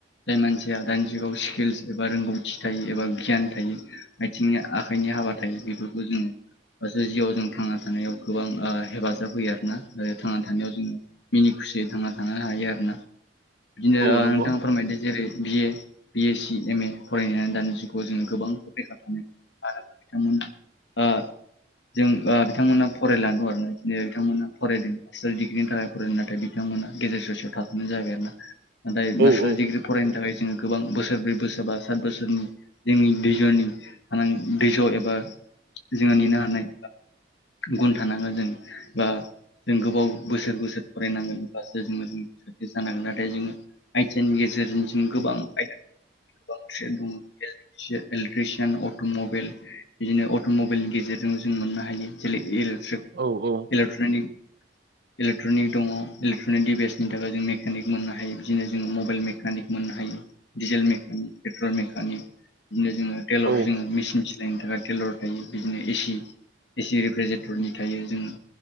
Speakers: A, on the left (about 70°); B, on the right (about 60°).
A: जाय मानसिया दानि जुगाव स्किल्स एबा रोंगौथि थायो एबा गियान थायो। आथिंनि आखाइनि हाबा थायो बेफोरखौ जों <unintelligible> जिउआव जों थांना थानायाव गोबां हेफाजाब होयो आरोना आरो थांना थानायाव जों मिनि खुसियै थांना थानो हायो आरोना बिदिनो
B: औ
A: ओ
B: नंगौ
A: नोंथा फोरमायदो जेरै बि ए बि एस सि एम ए फरायनाय दानि जुगाव जोङो गोबां बेखार <unintelligible> मानो होनबा बिथांमोन ओ जों ओ बिथांमोना फरायला गुवारहाय जे बिथांमोना फरायदों। मास्टार डिग्रिनि थाखाय फरायो नाथाय बिथांमोना गेजेर ससेयाव थाथ'नाय जाबाय आरो ना नाथाय
B: औ
A: मास्टार
B: औ
A: डिग्रि फरायनो थाखाय जोङो गोबां बोसोर ब्रै बोसोर बा सात बोसोरनि जोंनि दैजनि <unintelligible> दैज' एबा जोङो नेनो हानाय गुन थानांगोन जों बा जों गोबाव बोसोर बोसोर फरायनांगोन। जोङो साक्सेस मोन जानो हांगोन नाथाय जोङो आइ थि आइ नि गेजेरजों जों गोबां आयदा बां <unintelligible> दं इलेकट्रिसयान अट' मबेइल बिदिनो अट' मबेइलनि गेजेरजों जों मोननो हायो जेरै इलेक्ट्रिक
B: औ औ
A: इलेकट्रनिक इलेक्ट्रनिक दङ। इलेक्ट्रनिक डिभाइसनि थाखाय जों मेकानिक मोननो हायो बिदिनो जोङो मबाइल मेकानिक मोननो हायो। दिडिजेल मेकानिक पेट्रल मेकानिक बिदिनो जोङो टेलर
B: औ
A: जोंङो मेसिन सिलायनो थाखाय लर थायो बिदिनो एसि एसि रिफ्रिजिरेटरनि थायो जोंङो